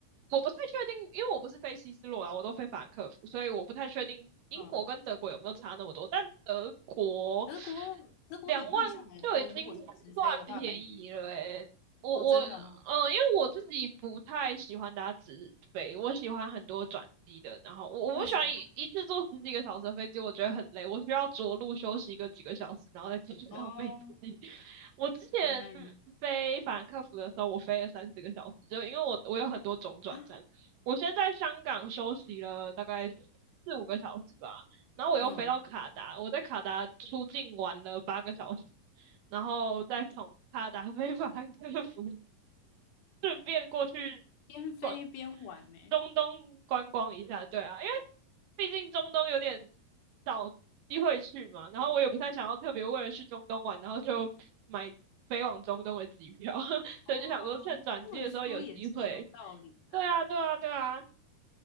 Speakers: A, on the right; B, on the left.
A: 我不太确定，因为我不是飞西斯洛啊，我都飞法兰克福，所以我不太确定英国跟德国有没有差那么多。
B: 嗯，
A: 但德国
B: 德国德国理论上来说，
A: 两万就已经算便宜了诶、
B: 如果是直飞的话，感觉
A: 我我嗯、
B: 哦真的哈、哦
A: 呃因为我自己不太喜欢搭直飞，我喜欢很多转机的。然后我我不喜欢一一次坐十几个小时的飞机，
B: 为什么？
A: 我觉得很累，我需要着陆休息个几个小时，然后再继续 <laughs>
B: 哦，
A: 上飞机。<laughs> 我之前。
B: 原来如此
A: 飞法兰克福的时候，我飞了三四个小时，就因为我我有很多种转站。
B: 啊，
A: 我先在香港休息了大概四五个小时吧，然后我又飞到卡达，
B: 嗯，
A: 我在卡达出境玩了八个小时，然后再从卡达飞法兰克福，顺便过去
B: 边飞边玩呢。
A: 逛中东观光一下，对啊，因为毕竟中东有点少机会去嘛，然后我也不太想要特别为了去中东玩，然后就买飞往中东的机票，<laughs>
B: 哦，
A: 所以就想说趁转机的时候有机会。
B: 这么说也是有道理啦。
A: 对啊，对啊，对啊，